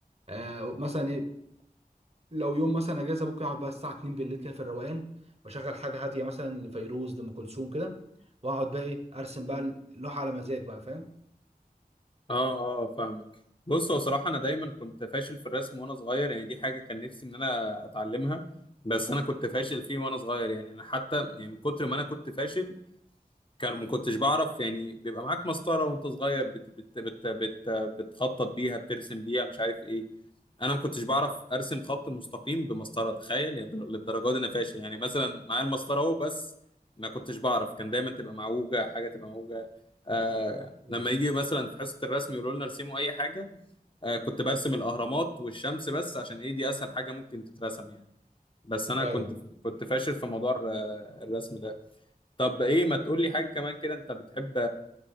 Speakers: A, on the right (about 40°); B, on the left (about 35°).
A: آه مثلا إيه، لو يوم مثلا اجازه ممكن اقعد بقى الساعه 2 بالليل كده في الروقان بشغل حاجه هاديه مثلا لفيروز لام كلثوم كده واقعد بقى ايه ارسم بقى اللوحه على مزاج بقى فاهم
B: اه اه فاهمك بص هو صراحة انا دايما كنت فاشل في الرسم وانا صغير يعني دي حاجة كان نفسي ان انا اتعلمها بس انا كنت فاشل فيه وانا صغير يعني انا حتى يعني من كتر ما انا كنت فاشل كان ما كنتش بعرف يعني بيبقى معاك مسطرة وانت صغير بت بت بت بت بتخطط بيها بترسم بيها مش عارف ايه انا ما كنتش بعرف ارسم خط مستقيم بمسطره تخيل يعني للدرجه دي انا فاشل يعني مثلا معايا المسطره اهو بس ما كنتش بعرف كان دايما تبقى معوجه حاجه تبقى معوجه آه
A: مم.
B: لما يجي مثلا في حصه الرسم يقولوا لنا ارسموا اي حاجه آه كنت برسم الاهرامات والشمس بس عشان ايه دي اسهل حاجه ممكن تترسم يعني بس انا
A: ايوه
B: كنت كنت فاشل في موضوع الر- الرسم ده طب ايه ما تقول لي حاجه كمان كده انت بتحب